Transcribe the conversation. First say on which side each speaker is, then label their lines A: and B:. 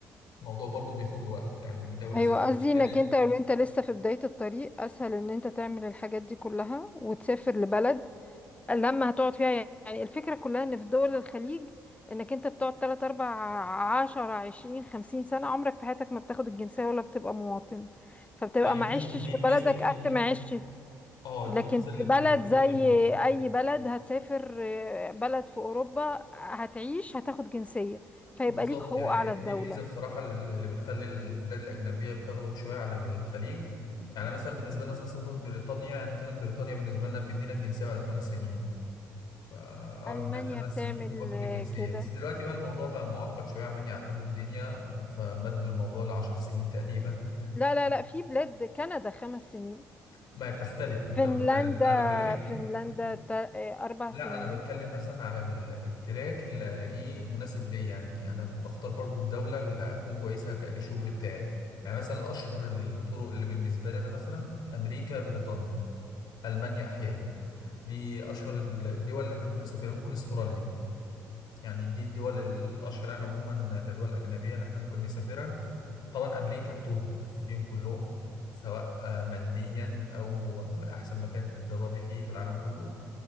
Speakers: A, on the left; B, on the left.
A: الموضوع برضو بياخد له وقت يعني دولة
B: ايوه
A: زي
B: قصدي
A: أمريكا
B: انك
A: دي
B: انت لو انت لسه في بداية الطريق اسهل ان انت تعمل الحاجات دي كلها وتسافر لبلد لما هتقعد فيها يعني الفكرة كلها ان في دول الخليج انك انت بتقعد 3 4 10 20 50 سنة عمرك في حياتك ما بتاخد الجنسية ولا بتبقى مواطن فبتبقى
A: ما
B: ما
A: هي دي
B: عشتش
A: دي
B: في
A: الميزة
B: بلدك
A: دي
B: قد
A: الميزة
B: ما عشت
A: اه
B: لكن
A: دي الميزة
B: في
A: اللي
B: بلد
A: ب- اللي بتغلب
B: زي
A: ال-
B: اي بلد هتسافر آه، بلد في اوروبا هتعيش هتاخد جنسية فيبقى
A: بالظبط
B: ليك حقوق
A: يعني
B: على
A: دي
B: الدولة
A: الميزة بصراحة اللي بتخلي البلاد الأجنبية بتغلب شوية على الخليج يعني مثلا بالنسبة لنا مثلا سفر بريطانيا يعني كانت بريطانيا بالنسبة لنا بتدينا الجنسية بعد خمس سنين فأقعد
B: ألمانيا
A: هناك خمس
B: بتعمل
A: سنين وباخد
B: آه،
A: الجنسية
B: كده
A: بس دلوقتي بقى الموضوع بقى معقد شوية عمال يعقدوا الدنيا فمدوا الموضوع لعشر سنين تقريبا
B: لا لا لا في بلاد كندا خمس سنين
A: ما هي بتختلف من
B: فنلندا
A: دولة لتانية أنا بكلمك
B: فنلندا تا- آه، أربع
A: لا
B: سنين
A: انا بتكلم مثلا على ال- التراك اللي الاقيه مناسب ليا يعني انا بختار برضو الدوله اللي اكون كويسه ك- للشغل بتاعي يعني مثلا اشهر الطرق اللي بالنسبه لي انا مثلا امريكا بريطانيا المانيا احيانا دي اشهر ال- الدول اللي احنا ممكن نسافرها ممكن استراليا يعني دي الدول الاشهر يعني عموما كدول اجنبيه اللي احنا ممكن نسافرها طبعا امريكا التوب فيهم كلهم سواء آه، ماديا او احسن مكان تتدربي فيه في العالم كله